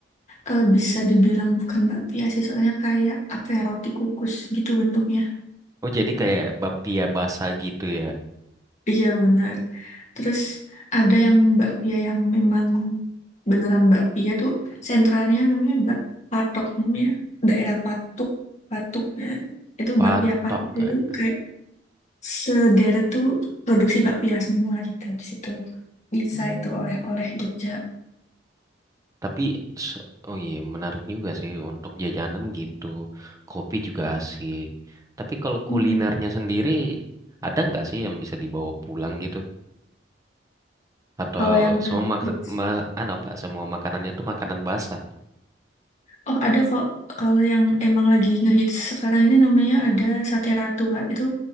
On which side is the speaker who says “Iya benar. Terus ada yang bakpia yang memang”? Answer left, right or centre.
Left